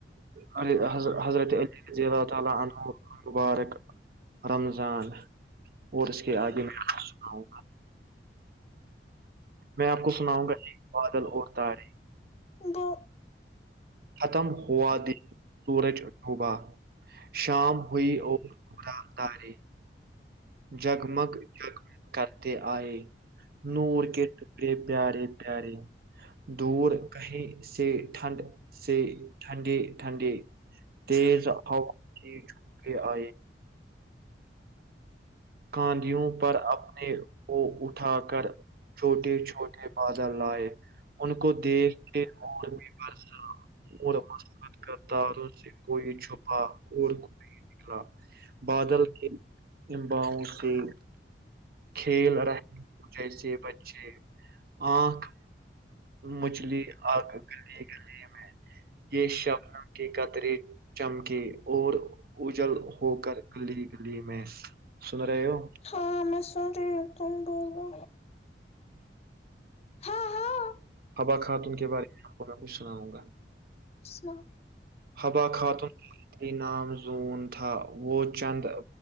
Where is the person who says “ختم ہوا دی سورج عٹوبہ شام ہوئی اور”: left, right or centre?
Right